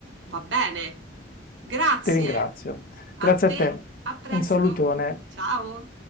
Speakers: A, on the right (about 85°); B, on the left (about 50°).
A: Va bene, grazie.
B: ti ringrazio. Grazie
A: A te,
B: a te.
A: a presto.
B: Un salutone.
A: Ciao.